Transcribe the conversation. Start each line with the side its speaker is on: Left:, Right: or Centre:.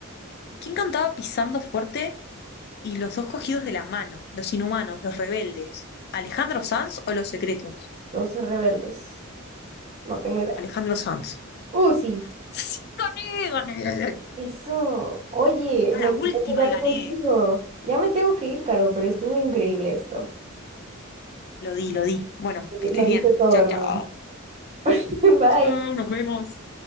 Left: quién cantaba pisando fuerte y los dos cogidos de la mano? Los inhumanos, los rebeldes. ¿Alejandro Sanz o los secretos?
Right: Los rebeldes. No tengo idea.
Left: Alejandro Sanz.
Right: Uh, sí.
Left: Sí, gané, gané.
Right: Eso. Oye,
Left: A
Right: me
Left: la
Right: encantó
Left: última
Right: jugar
Left: y gané.
Right: contigo. Ya me tengo que ir, Caro, pero estuvo increíble esto.
Left: Lo di, lo di. Bueno, que estés
Right: Lo diste
Left: bien.
Right: todo,
Left: Chao,
Right: hermana.
Left: chao.
Right: <laughs> Bye.
Left: Chao, nos vemos.